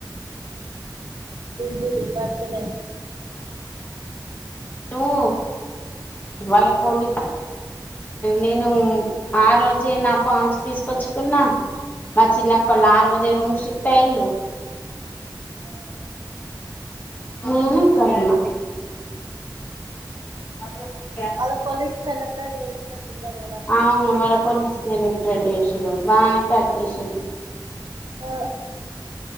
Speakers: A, on the right (about 70°); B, on the left (about 25°).
A: బిందుది బర్త్ డే.
B: నువ్వు వాళ్ల కొని నేను ఆ రోజే నా ఫార్మ్స్ తీసుకొచ్చుకున్నా. మా చిన్న అక్కోలు ఆ రోజే రూమ్ షిఫ్ట్ అయిళ్లు
A: ఉమ్
B: నేను ఇక్కడున్నా అదే
A: వాళ్ల కొలీగ్స్ సెలబ్రేట్ చేసి చేసినట్టున్నారు కదా
B: అవును
A: కేక్
B: వాళ్ల
A: కట్
B: కొలీగ్స్ సెలబ్రేట్ చేసిరు బానే కట్ చేసిర్రు
A: ఆ